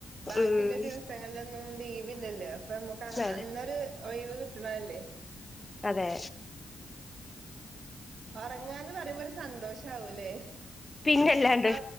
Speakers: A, on the right; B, on the left.
A: ബാക്കിയുള്ള
B: ഉം
A: ദിവസങ്ങളിലൊന്നും ലീവില്ലല്ലോ അപ്പൊ നമുക്ക്
B: അതെ
A: അന്നൊരു ഒഴിവ് കിട്ടണതല്ലേ
B: അതെ
A: ഒറങ്ങാന്ന് പറയുമ്പോ ഒരു സന്തോഷാവുല്ലേ
B: പിന്നല്ലാണ്ട്
A: ഔ